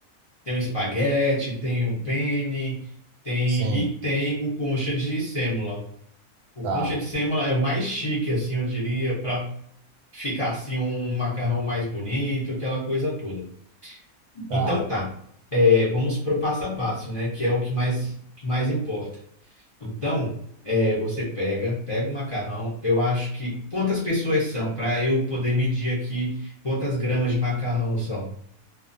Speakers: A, on the left; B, on the right.
A: tem um espaguete, tem um penne, tem
B: Sim,
A: e tem o concha de sêmola. O
B: tá,
A: concha de sêmola é o mais chique, assim, eu diria, para ficar assim um macarrão mais bonito, aquela coisa toda.
B: tá.
A: Então tá, é, vamos pro passo a passo, né? Que é o que mais, que mais importa. Então, é, você pega, pega o macarrão. Eu acho que quantas pessoas são para eu poder medir aqui quantas gramas de macarrão são.